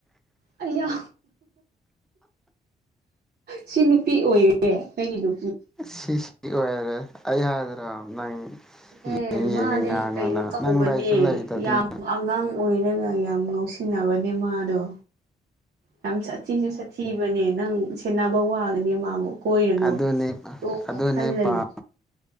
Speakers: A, on the right (about 60°); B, in the centre.
A: ꯑꯩꯌꯥ ꯁꯤ ꯅꯨꯄꯤ ꯑꯣꯏꯔꯦ ꯅꯒꯤ ꯅꯨ
B: ꯁꯤꯁꯤ ꯑꯣꯏꯔꯦ ꯑꯩ ꯍꯥꯏꯗ꯭ꯔꯥ ꯅꯪ
A: ꯑꯦ
B: ꯌꯦꯡ ꯌꯦꯡꯉ
A: ꯃꯥꯗꯤ
B: ꯉꯥꯡꯉꯣꯅ
A: ꯀꯩꯅꯣ ꯇꯧꯕꯅꯦ
B: ꯅꯪ ꯂꯩꯁꯨ ꯂꯩꯇꯗꯅ
A: ꯌꯥꯝ ꯑꯉꯥꯡ ꯑꯣꯏꯔꯒ ꯌꯥꯝ ꯉꯥꯎꯁꯤꯟꯅꯕꯅꯦ ꯃꯥꯗꯣ ꯌꯥꯝ ꯁꯥꯊꯤꯁꯨ ꯁꯥꯊꯤꯕꯅꯦ ꯅꯪ ꯁꯦꯟꯅꯕ ꯋꯥꯒꯅꯦ ꯃꯥꯕꯨ ꯀꯣꯏꯔꯅꯨ
B: ꯑꯗꯨꯅꯦ
A: ꯇꯣ
B: ꯑꯗꯨꯅꯦ
A: ꯈꯜꯂꯅꯨ
B: ꯄꯥꯝ